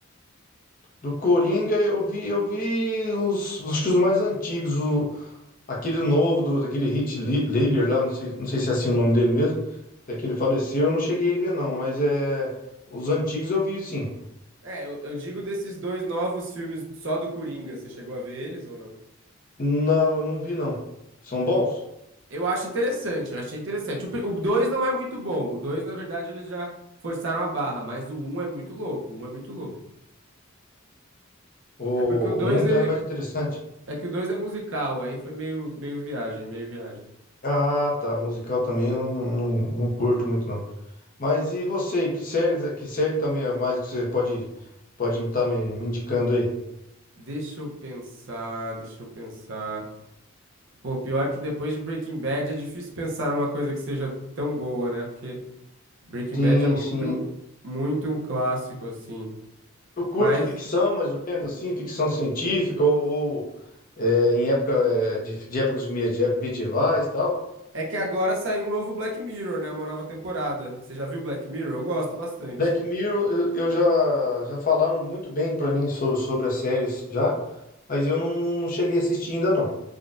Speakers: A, on the left; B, on the right.
A: Do Coringa eu vi, eu vi uns, acho que os mais antigos, o- aquele novo do, daquele Heath Li- Ledger lá, não sei, não sei se é assim o nome dele mesmo, até que ele faleceu, eu não cheguei a ver não, mas é os antigos eu vi sim.
B: É, eu, eu digo desses dois novos filmes só do Coringa. Você chegou a ver eles ou não?
A: Não, eu não vi não. São bons?
B: Eu acho interessante, eu achei interessante. O 2 não é muito bom. O 2, na verdade, eles já forçaram a barra, mas o um é muito louco. O 1 é muito louco.
A: O, o
B: É porque o 2
A: um então
B: é,
A: é mais interessante.
B: é que o 2 é musical, aí foi meio, meio viagem, meio viagem.
A: Ah, tá, musical também eu não, não, não curto muito não. Mas e você, que série, que série também é mais que você pode pode estar me, me indicando aí?
B: Deixa eu pensar, deixa eu pensar. Pô, pior que depois de Breaking Bad é difícil pensar numa coisa que seja tão boa, né? Porque Breaking
A: Sim,
B: Bad é muito,
A: sim.
B: muito um clássico, assim.
A: Tu curte
B: Mas
A: ficção, mais ou menos assim, ficção científica ou, ou, é, em época é, de, de épocas media- medievais e tal?
B: é que agora saiu um novo Black Mirror, né? Uma nova temporada. Você já viu Black Mirror? Eu gosto bastante.
A: Black Mirror, eu, eu já já falaram muito bem pra mim sobre, sobre as séries já, mas eu não, não, não cheguei a assistir ainda não.